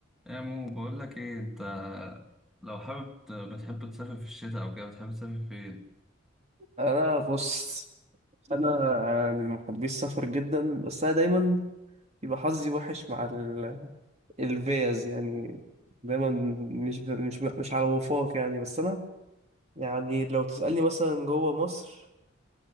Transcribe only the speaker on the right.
انا بص انا من محبي السفر جدا بس انا دايما يبقى حظي وحش مع ال- الفيز يعني دايما مش ب... مش ب... مش على وفاق يعني بس انا يعني لو تسألني مثلا جوه مصر